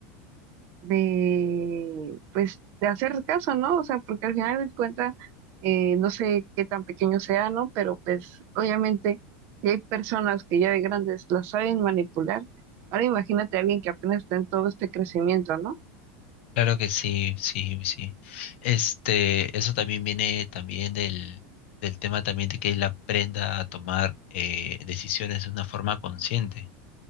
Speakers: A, on the right; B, on the left.
A: de, pues, de hacer caso, ¿no? O sea, porque al final de cuentas, eh, no sé qué tan pequeño sea, ¿no? Pero pues, obviamente, si hay personas que ya de grandes las saben manipular, ahora imagínate a alguien que apenas está en todo este crecimiento, ¿no?
B: Claro que sí, sí, sí. Este, eso también viene también del, del tema también de que él aprenda a tomar eh, decisiones de una forma consciente,